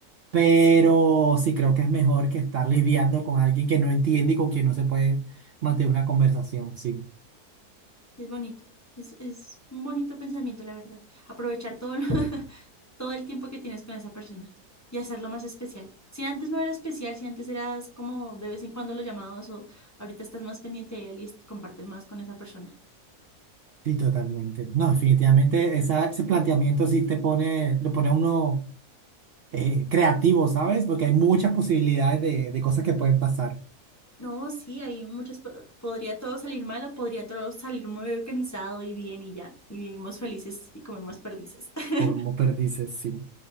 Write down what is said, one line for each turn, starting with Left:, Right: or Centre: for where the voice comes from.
Right: Pero
Left: Sí,
Right: sí creo que es mejor que estar lidiando con alguien que no entiende y con quien no se puede mantener una conversación. Sí,
Left: es bonito. Es, es un bonito pensamiento, la verdad. Aprovechar todo lo, <laughs> todo el tiempo que tienes con esa persona y hacerlo más especial. Si antes no era especial, si antes eras como de vez en cuando lo llamabas o ahorita estás más pendiente de él y compartes más con esa persona.
Right: sí, totalmente. No, definitivamente esa- ese planteamiento sí te pone, lo pone a uno eh, creativo, ¿sabes? Porque hay muchas posibilidades de, de cosas que pueden pasar,
Left: No, sí, hay muchas, podría todo salir mal o podría todo salir muy organizado y bien y ya, y vivimos felices y comemos perdices. <laughs>
Right: como perdices, sí.